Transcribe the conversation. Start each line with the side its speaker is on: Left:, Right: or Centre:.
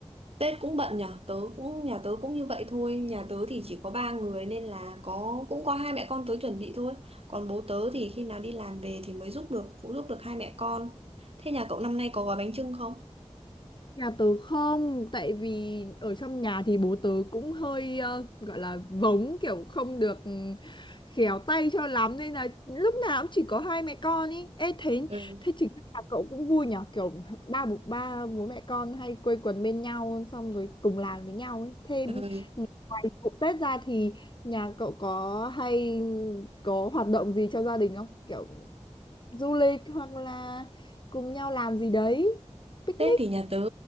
Right: Tết cũng bận nhở tớ cũng nhà tớ cũng như vậy thôi nhà tớ thì chỉ có ba người nên là có cũng có hai mẹ con tớ chuẩn bị thôi còn bố tớ thì khi nào đi làm về thì mới giúp được phụ giúp được hai mẹ con thế nhà cậu năm nay có gói bánh chưng không
Left: Nhà tớ không, tại vì ở trong nhà thì bố tớ cũng hơi ờ, gọi là vống kiểu không được ừ, khéo tay cho lắm nên là lúc nào cũng chỉ có hai mẹ con ý. Ê thế
Right: Ừ.
Left: thế chính là cậu cũng vui nhở kiểu ba bố ba bố mẹ con hay quây quần bên nhau xong rồi cùng làm với nhau ấy. Thêm
Right: ừ.
Left: ngoài vụ Tết ra thì nhà cậu có hay có hoạt động gì cho gia đình không? Kiểu du lịch hoặc là cùng nhau làm gì đấy, picnic.
Right: Tết thì nhà tớ